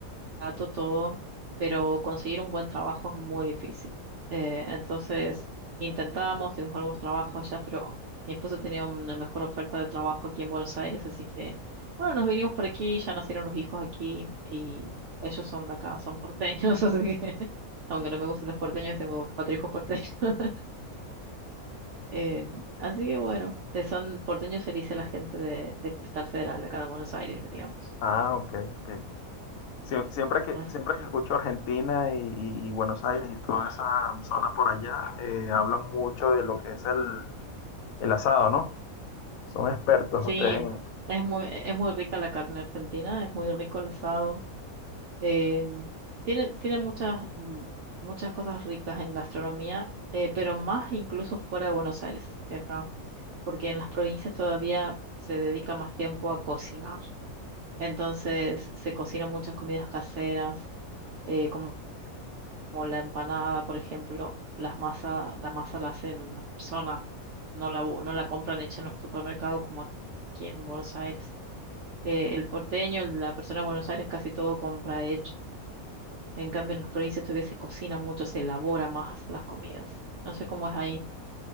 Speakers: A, on the right (about 60°); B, on the left (about 70°).
A: barato todo, pero conseguir un buen trabajo es muy difícil. Eh, entonces intentábamos, tuvimos algunos trabajos allá, pero mi esposo tenía una mejor oferta de trabajo aquí en Buenos Aires, así que bueno, nos vinimos por aquí, ya nacieron los hijos aquí y ellos son de acá, son porteños, <laughs> así que aunque no me gusten los porteños, tengo cuatro hijos porteños. <laughs> Eh, así que bueno, eh, son porteños, se le dice a la gente de, de Capital Federal, de acá de Buenos Aires, digamos.
B: Ah, ok, ok. Sie- siempre que,
A: Así
B: siempre
A: que...
B: que escucho Argentina y, y- y Buenos Aires y toda esa zona por allá, eh, hablan mucho de lo que es el, el asado, ¿no? Son expertos
A: Sí,
B: ustedes en...
A: es muy, es muy rica la carne argentina, es muy rico el asado. eh, tiene, tiene muchas, mm, muchas cosas ricas en gastronomía, eh, pero más incluso fuera de Buenos Aires que acá, porque en las provincias todavía se dedica más tiempo a cocinar. Entonces se cocinan muchas comidas caseras, eh, como, como la empanada, por ejemplo. Las masa, la masa la hacen la persona, no la, bu- no la compran hecha en los supermercados como aquí en Buenos Aires eh, el porteño, el- la persona de Buenos Aires, casi todo compra hecho. En cambio, en las provincias todavía se cocina mucho, se elabora más las comidas. No sé cómo es ahí